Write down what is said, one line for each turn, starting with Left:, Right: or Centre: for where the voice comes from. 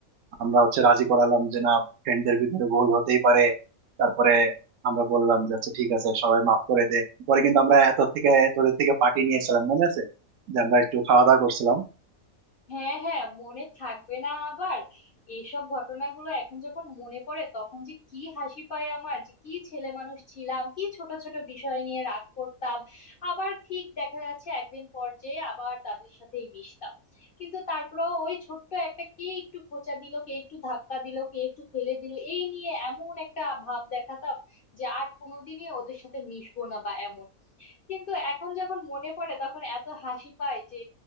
Right: আমরা হচ্ছে রাজি করালাম যে না ফ্রেন্ডদের ভিতরে ভুল হতেই পারে তারপরে আমরা বললাম যে আচ্ছা ঠিক আছে সবাই মাফ করে দে পরে কিন্তু আমরা এত থেকে তোদের থেকে পার্টি নিয়ে এসেছিলাম মনে আছে যে আমরা একটু খাওয়া দাওয়া করছিলাম
Left: হ্যাঁ হ্যাঁ মনে থাকবে না আবার এইসব ঘটনাগুলো এখন যখন মনে পড়ে তখন যে কি হাসি পায় আমার যে কি ছেলে মানুষ ছিলাম কি ছোট ছোট বিষয় নিয়ে রাগ করতাম আবার ঠিক দেখা যাচ্ছে একদিন পর যে আবার তাদের সাথেই মিশতাম কিন্তু তারপরেও ওই ছোট্ট একটা কে একটু খোঁচা দিল কে একটু ধাক্কা দিল কে একটু ফেলে দিল এই নিয়ে এমন একটা ভাব দেখাতাম যে আর কোনোদিনই ওদের সাথে মিশবো না বা এমন কিন্তু এখন যখন মনে পড়ে তখন এত হাসি পায় যে